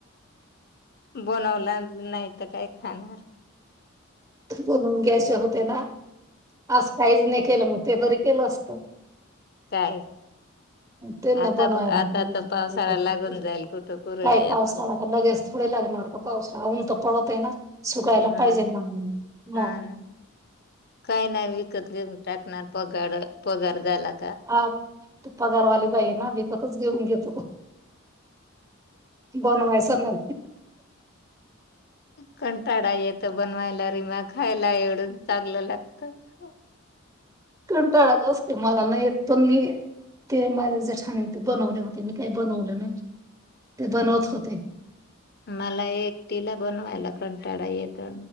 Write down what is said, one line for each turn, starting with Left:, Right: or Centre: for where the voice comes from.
Left: बनवला नाही तर काय? खाणार
Right: बनवून घ्यायचे होते ना? आस काहीच नाही केलं. मग ते बरी केलं असत.
Left: काय?
Right: ते ना
Left: आता
Right: बनवाय माझ
Left: आता तर
Right: <unintelligible>
Left: पावसाळा लागून जाईल कुठं कुरडया
Right: काय पावसाळा
Left: पण
Right: का लगेच थोडे लागणार का? पावसाळा, ऊन तर पडत आहे ना? सुकायला
Left: हम्म.
Right: पाहिजे ना मग
Left: हा ना. काही नाही विकत घेऊन टाकणार पगार, पगार झाला -
Right: हा. ते पगारवाले बाई ना विकतच घेऊन घेत. त बनवायच नाही.
Left: कंटाळा येतो बनवायला रिमा. खायला एवढ चांगलं लाग- त.
Right: कंटाळा त मला अस काही नाही येत. पण मी - ते माझ्या जे छान हो ते बनवले होते. मी काही बनवले नाही. ते बनवत होते.
Left: मला एकटीला बनवायला कंटाळा येतो.